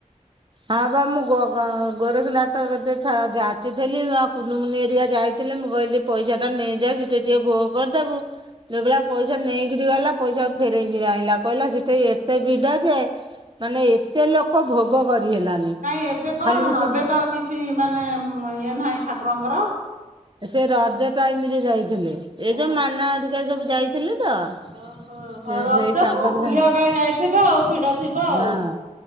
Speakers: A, on the right; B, on the right.
A: ହଁ ବା ମୁଁ ଗୋ ଗୋ ଗୋ ଗୋରଖନାଥ କତି ଯାଚିଥିଲି ଆ କୁନୁମୁନି ହରିଆ ଯାଇଥିଲି। ମୁଁ କହିଲି ପଇସା ଟା ନେଇଯା ସିଟି ଟିକେ ଭୋଗ କରିଦେବୁ ଯେଗଆ ପଇସା ନେଇକରି ଗଲା ପଇସା ଫେରଇକିରି ଆଣିଲା କହିଲା ସେଠା ଏତେ ଭିଡ ଯେ ମାନେ ଏତେ ଲୋକ ଭୋଗ କରିହେଲାନି
B: କାଇହିଁ ଏବେ କଣ
A: ଖାଲି ସେଠି
B: ଏବେ ତ କିଛି ମାନେ ଇଏ ନାହିଁ ଠାକୁରଙ୍କର
A: ସେ ରଜ ଟାଇମରେ ଯାଇଥିଲେ, ଏଇ
B: ଓହୋ।
A: ଯୋଉ ମାନା ହରୀକା ସବୁ ଯାଇଥିଲେ। ତ
B: ଓହୋ
A: ସେ
B: ହ ରଜ
A: ସେଇ ତାଙ୍କର
B: ତ ବୁଲିବା ପାଇଁ ଯାଇଥିବ ଆଉ ଭିଡ ଥିବ ଆଉ।
A: ହଁ